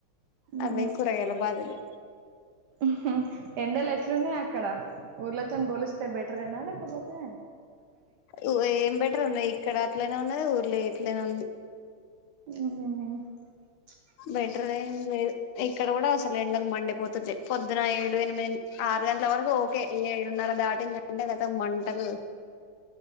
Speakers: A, on the right; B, on the left.
A: ఉ
B: అవే కూరగాయల బాధలు
A: ఉహు ఎండలు ఎట్ల ఉన్నాయి అక్కడ ఊర్లతోని పోలిస్తే బెటర్ ఏనా కాకపోతే
B: నువ్ ఏం బెటరు ఉన్నాయి ఇక్కడ అట్లనే ఉన్న ఉన్నది ఊర్లే ఇట్లే ఉంది
A: అహ
B: బెటర్ ఏం లేదు ఇక్కడ గూడా అసలు ఎండలు మండిపోతు జై పొద్దున ఏడు ఎనిమిది ఆరు గంటల వరకు ఓకే ఏడున్నర దాటిందంటే లేత మంటలు